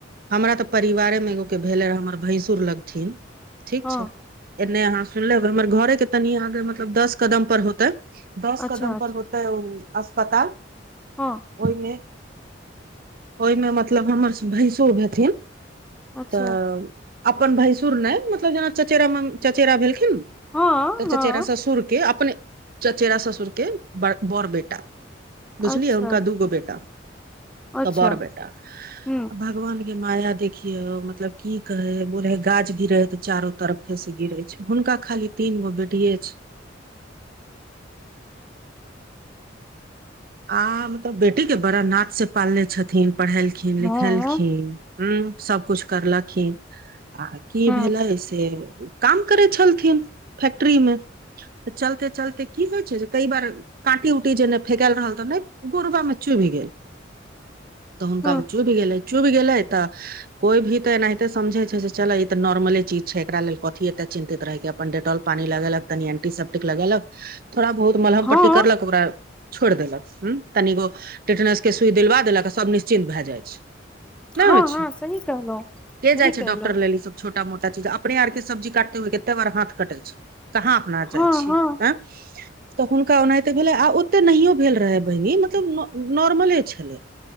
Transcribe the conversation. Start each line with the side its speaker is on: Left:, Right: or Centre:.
Right: हमरा तऽ परिवारे मे एगोके भेलै रहए हमर भैसुर लगथिन ठीक
Centre: हँ
Right: छै। एने अहाँ सुन लेब हमर घरे के तनि आगे मतलब दस कदम पर होतै। दस
Centre: अच्छा
Right: कदम पर होते अस्पताल।
Centre: ह
Right: ओहिमे ओहिमे मतलब हमर भैसुर हथिन।
Centre: अच्छा
Right: तऽ अपन भैसुर नहि मतलब जेना चचेरा मे चचेरा भेलखिन।
Centre: हँ
Right: त
Centre: हँ
Right: चचेरा स सुरके अपने चचेरा ससुर के बर बेटा बुझलियै
Centre: अच्छा
Right: हनका
Centre: अच्छा
Right: दूगो बेटा
Centre: अच्छा
Right: तऽ बड़ बेटा
Centre: हूँ
Right: भगवान के माया देखियो मतलबी कहे हे बोले हे गाछ गिरे ह ते चारो तरफ हे से गिरे छै। हुनका खाली तीन गो बेटी छै आ मतलब बेटी के बड़ा नाच से पालने छथिन पढ़ेलखिन लिखेलखिन।
Centre: हँ हँ
Right: ह सभकुछु करलखिन आ कि
Centre: हँ
Right: भेलै से काम करै छलथिन फैक्ट्री मे तऽ चलते चलते कि होइ छै जे कई बार काँटी उऊटी जे नहि फेकल रहल तऽ नहि गोुरबामे चुहि गेल। त हुनका
Centre: हँ
Right: चु भि गेलै चु भि गेलै त कोई भी तऽ एनाहिते समझे छै चल ई तऽ नॉर्मले चीज छै एकरा लेल कथी एते चिन्तित रहेक अपन डेटोल पानी लगेलक तनि एंटीसप्टिक लगेल कऽ थोड़ा बहुत मलहम पट्टी
Centre: हँ
Right: करल कऽ ओकरा छोड़ि देलक। हू तनिगो टेटनस के सुइ दिलवा देलक सभ निश्चिन्त भए जाइत छै। नहि
Centre: हँ
Right: छै
Centre: हँ सही कहलौं
Right: के
Centre: सही
Right: जाइ
Centre: कहलौं
Right: छै डॉक्टर लेल छोटा मोटा चीज अपने आर के सब्जी काटे हुए कते बार हाथ कटे छै कहा तऽ
Centre: हँ हँ
Right: हुनका ओनाते भेले आ ओते नहीयो भेल रहे मतल नॉर्मले छल